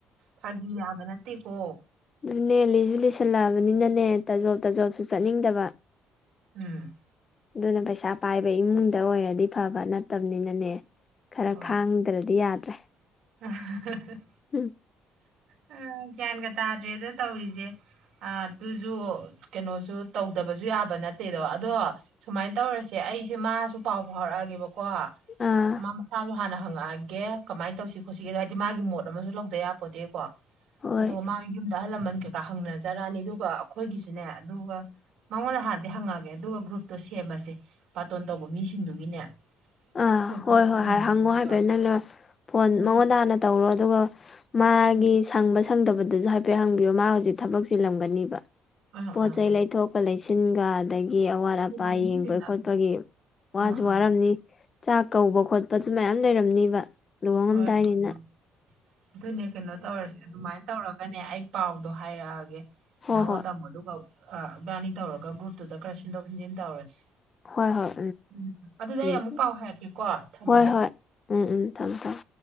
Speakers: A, on the right (about 75°); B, on the left (about 40°).
A: ꯐꯥꯒꯤ ꯌꯥꯕ ꯅꯠꯇꯦꯀꯣ
B: ꯑꯗꯨꯅꯦ ꯂꯤꯁꯨ ꯂꯤꯁꯜꯂꯛꯑꯕꯅꯤꯅꯅꯦ ꯇꯥꯖꯣꯞ ꯇꯥꯖꯣꯞꯁꯨ ꯆꯠꯅꯤꯡꯗꯕ
A: ꯎꯝ
B: ꯑꯗꯨꯅ ꯄꯩꯁꯥ ꯄꯥꯏꯕ ꯏꯃꯨꯡꯗ ꯑꯣꯏꯔꯗꯤ ꯐꯕ ꯅꯠꯇꯕꯅꯤꯅꯅꯦ ꯈꯔ
A: ꯍꯣꯏ
B: ꯈꯥꯡꯗ꯭ꯔꯗꯤ ꯌꯥꯗ꯭ꯔꯦ
A: <unintelligible>
B: ꯎꯝ
A: ꯑ, ꯒ꯭ꯌꯥꯟꯒ ꯇꯥꯗ꯭ꯔꯦꯗ ꯇꯧꯔꯤꯁꯦ ꯑ ꯑꯗꯨꯁꯨ ꯀꯩꯅꯣꯁꯨ ꯇꯧꯗꯕꯁꯨ ꯌꯥꯕ ꯅꯠꯇꯦꯗꯣ ꯑꯗꯣ ꯁꯨꯃꯥꯏꯅ ꯇꯧꯔꯁꯦ ꯑꯩꯁꯦ ꯃꯥꯁꯨ ꯄꯥꯎ ꯐꯥꯎꯔꯛꯑꯒꯦꯕꯀꯣ
B: ꯑꯥ
A: ꯃꯥ ꯃꯁꯥꯁꯨ ꯍꯥꯟꯅ ꯍꯪꯉꯛꯑꯒꯦ ꯀꯃꯥꯏꯅ ꯇꯧꯁꯤ ꯈꯣꯠꯁꯤꯦꯗ ꯍꯥꯏꯗꯤ ꯃꯥꯒꯤ ꯃꯣꯠ ꯑꯃꯁꯨ ꯂꯧꯗ ꯌꯥꯄꯣꯗꯦꯀꯣ
B: ꯍꯣꯏ
A: ꯑꯗꯨꯒ ꯃꯥꯒꯤ ꯌꯨꯝꯗ ꯑꯍꯜ ꯂꯃꯟ ꯀꯩꯀꯥ ꯍꯪꯅꯖꯔꯛꯅꯤ ꯑꯗꯨꯒ ꯑꯩꯈꯣꯏꯒꯤꯁꯨꯅꯦ ꯑꯗꯨꯒ ꯃꯉꯣꯟꯗ ꯍꯥꯟꯅꯗꯤ ꯍꯪꯉꯛꯑꯒꯦ ꯑꯗꯨꯒ ꯒ꯭ꯔꯨꯞꯇꯣ ꯁꯦꯝꯃꯁꯦ ꯕꯥꯇꯣꯟ ꯇꯧꯕ ꯃꯤꯁꯤꯡꯗꯨꯒꯤꯅꯦ
B: ꯑꯥ
A: ꯑꯩꯈꯣꯏ
B: ꯍꯣꯏ
A: ꯄꯨꯜꯂꯛꯄꯁꯤꯡꯗꯣ
B: ꯍꯣꯏ ꯍꯪꯉꯣ
A: ꯑꯗꯨꯒ
B: ꯍꯥꯏꯐꯦꯅꯣꯏ ꯐꯣꯟ
A: ꯎꯝ
B: ꯃꯉꯣꯟ ꯇꯥꯅ ꯇꯧꯔꯣ ꯑꯗꯨꯒ ꯃꯥꯒꯤ
A: ꯎꯝ
B: ꯁꯪꯕ ꯁꯪꯗꯕꯗꯁꯨ ꯍꯥꯏꯐꯦꯠ ꯍꯪꯕꯤꯌꯣ ꯃꯥ ꯍꯧꯖꯤꯛ ꯊꯕꯛꯁꯤꯂꯝꯒꯅꯤꯕ
A: ꯑꯥ
B: ꯄꯣꯠ
A: ꯑꯥ
B: ꯆꯩꯩ
A: ꯑꯥ
B: ꯂꯩꯊꯣꯛꯀ ꯂꯩꯁꯤꯟꯒ ꯑꯗꯒꯤ ꯒꯤ ꯑꯋꯥꯠ
A: ꯆꯤꯜꯂꯝꯅꯤ
B: ꯑꯄꯥ ꯌꯦꯡꯕ
A: ꯆꯤꯜꯂꯝꯅꯤ
B: ꯈꯣꯠꯄꯒꯤ ꯋꯥꯁꯨ
A: ꯑꯥ ꯑꯥ
B: ꯋꯥꯔꯝꯅꯤ ꯆꯥꯛ ꯀꯧꯕ ꯈꯣꯠꯄꯁꯨ ꯃꯌꯥꯝ ꯂꯩꯔꯝꯅꯤꯕ ꯂꯨꯍꯉꯝꯗꯥꯏꯅꯤꯅ
A: ꯍꯣꯏ ꯍꯣꯏ ꯍꯣꯏ ꯑꯗꯨꯅꯦ ꯀꯩꯅꯣ ꯇꯧꯔꯁꯦ ꯑꯗꯨꯃꯥꯏꯅ ꯇꯧꯔꯒꯅꯦ ꯑꯩ ꯄꯥꯎꯗꯣ ꯍꯥꯏꯔꯛꯑꯒꯦ
B: ꯍꯣꯏ
A: ꯅꯪꯉꯣꯟ ꯇꯥꯃꯣꯗꯨ ꯕꯥꯅꯤ ꯇꯧꯔꯒ ꯒ꯭ꯔꯨꯞꯇꯨꯗ ꯈꯔ ꯁꯤꯟꯗꯣꯛ ꯁꯤꯟꯖꯤꯟ ꯇꯧꯔꯁꯤ
B: ꯍꯣꯏ ꯍꯣꯏ ꯍꯣꯏ
A: ꯎꯝ ꯑꯗꯨꯗ ꯑꯩ
B: ꯎꯝ
A: ꯑꯃꯨꯛ ꯄꯥꯎ ꯍꯥꯏꯔꯛꯀꯦꯀꯣ ꯊꯝꯃꯒꯦ
B: ꯍꯣꯏ ꯍꯣꯏ ꯎꯝ ꯎꯝ ꯊꯝꯃꯦ ꯊꯝꯃꯦ